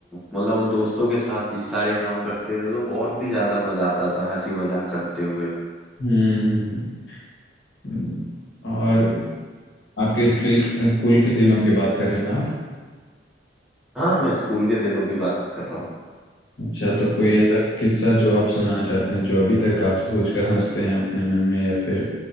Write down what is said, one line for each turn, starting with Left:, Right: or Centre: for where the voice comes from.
Centre: मतलब उन दोस्तों के साथ ही सारे काम करते थे तो और भी ज्यादा मजा आता था हंसी मजाक करते हुए
Left: हम्म हम्म। और आपके स्किल स्कूल के दिनों की बात कर रहे हैं ना आप
Centre: हाँ मैं स्कूल के दिनों की बात कर रहा हूँ
Left: अच्छा तो कोई ऐसा किस्सा जो आप सुनाना चाहते हैं जो अभी तक आप सोचकर हंसते हैं अपने मन में या फिर